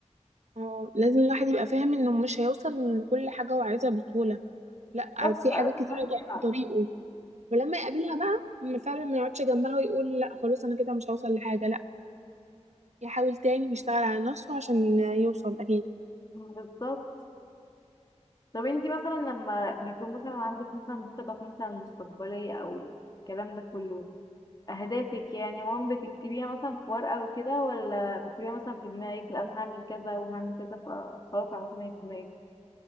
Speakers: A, on the right (about 70°); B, on the left (about 35°).
A: اه لازم الواحد يبقى فاهم انه مش هيوصل لكل حاجة هو عايزها بسهولة لا
B: بالظبط
A: في
B: لا
A: حاجات
B: لازم
A: كتيرة
B: الواحد
A: هتقف
B: يلعب
A: في طريقه ولما يقابلها بقى ما فعلا ما يقعدش جنبها ويقول لا خلاص انا كده مش هوصل لحاجة لا يحاول تاني ويشتغل على نفسه عشان يوصل اكيد
B: بالظبط طب انتي مثلا لما بيكون مثلا عندك مثلا خطط مثلا مستقبلية او الكلام ده كله اهدافك يعني مام بتكتبيها مثلا في ورقة وكده ولا بتكتبيها مثلا في دماغك لا أنا هعمل كذا وهعمل كذا فخلاص عملت إن هي في دماغك